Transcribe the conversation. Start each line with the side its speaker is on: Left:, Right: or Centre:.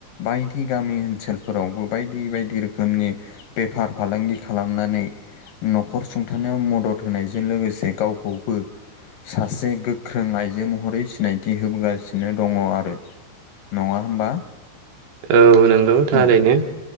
Left: बायदि गामि ओनसोलफोरावबो बायदि बायदि रोखोमनि बेफार फालांगि खालामनानै न'खर सुंथानायाव मदद होनायजों लोगोसे गावखौबो सासे गोख्रों आइजो महरै सिनायथि होबोगासिनो दङ आरो। नङा होमबा?
Right: औ नोंगौ थारैनो।
Left: औ